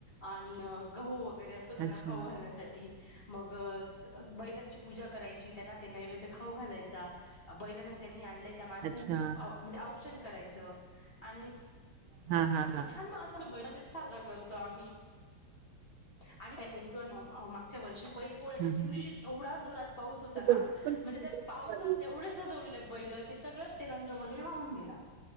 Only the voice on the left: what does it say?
आणि गहू वगैरे असं त्यांना
खाऊ घालण्यासाठी मग बैलांची पूजा करायची त्यांना ते नैवेद्य खाऊ घालायचा बैलांना ज्यांनी त्या माणसांची
म्हणजे औक्षण करायचं आणि
छान! मा मजेत साजरा करतो आम्ही. आणि का एक दोन मागच्या वर्षी बैल पोळ्याच्या
दिवशीच एवढा जोरात पाऊस होता
म्हणजे
त्या
पावसात
एवढे सजवले बैल ते सगळंच ते रंग वगैरे वाहून गेला.